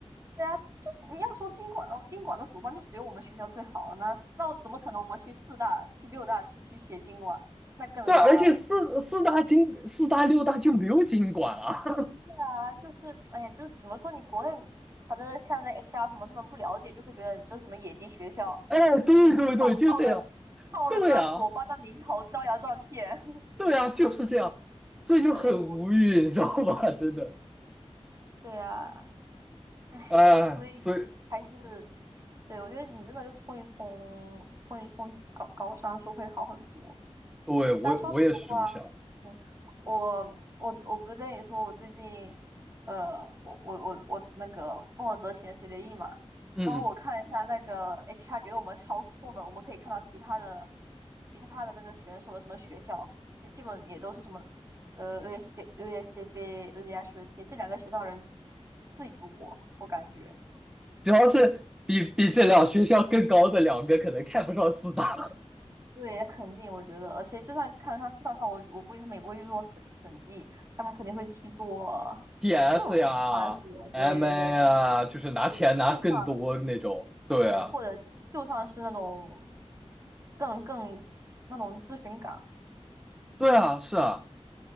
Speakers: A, on the right; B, in the centre.
A: 对啊，就是你要说经管的，经管的索邦就只有我们学校最好啊，那那怎么可能我们去四大、去六大去去写经管，那更拉了。
B: 对，而且四四大经四大六大就没有经管啊。<laughs>
A: 啊，就是哎呀，就是怎么说，你国内反正现在 HR 什么他们不了解，就会觉得这是什么野鸡学校，
B: 哎，对对对，
A: 你怎么套套了
B: 就这样，
A: 套了个索邦的名头招摇撞骗？
B: 对啊对啊就是这样，
A: <laughs>
B: 所以就很无语，
A: 对我，嗯，
B: 你知道吧？<laughs> 真的，
A: 对啊，哎，
B: 哎，
A: 所以还是
B: 所以
A: 对我觉得你真的冲一冲冲一冲高高商是会好很多。
B: 对我我也是这么想，
A: 但说实话，我我我我不是跟你说，我最近呃，我我我我那个诺德奇的 CDE 嘛，
B: 嗯。
A: 然后我看了一下那个
B: 嗯
A: HR 给我们抄送的，我们可以看到其他的其他的那个选手的什么学校，其实基本也都是什么呃 USB、USB c B、UDHC 这两个学校人最多，我感觉。
B: 主要是比比这两学校更高的两个可能看不上四大
A: 对，肯定，我觉得，而且就算看得上四大的话，我我估计他们也不会去做审审计，他们肯定会去做
B: PS
A: 更繁琐。
B: 呀、MA
A: 对对对
B: 啊，就是拿钱拿更多那种。
A: 对，就算
B: 对啊，
A: 对，或者就是就算是那种 <tsk> 更更那种咨询岗，
B: 对啊，是啊，